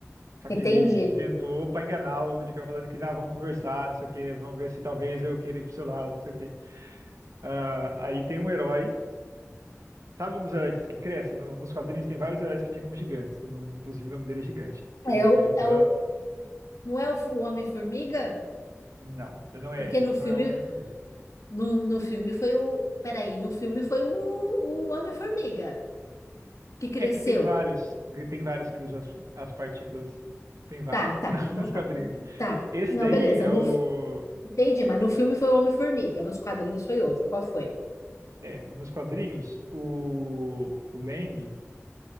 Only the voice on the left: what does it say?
entendi.
É o,
é o, não é o, f- o Homem-Formiga?
Porque no
filme,
no, no filme foi o. Peraí, no filme foi o, o Homem-Formiga que cresceu.
Tá, tá.
Então
tá.
Tá.
Não,
beleza.
No,
Entendi, mas no filme foi o Homem-Formiga, nos quadrinhos foi outro. Qual foi?